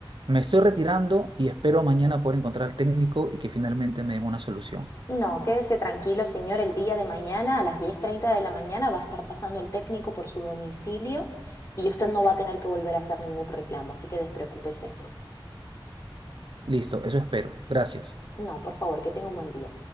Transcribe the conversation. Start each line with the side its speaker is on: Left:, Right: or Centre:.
Right: me estoy retirando y espero mañana poder encontrar al técnico y que finalmente me den una solución.
Left: No, quédese tranquilo, señor. El día de mañana, a las diez treinta de la mañana, va a estar pasando el técnico por su domicilio y usted no va a tener que volver a hacer ningún reclamo, así que despreocúpese.
Right: Listo, eso espero. Gracias.
Left: No, por favor, que tenga un buen día.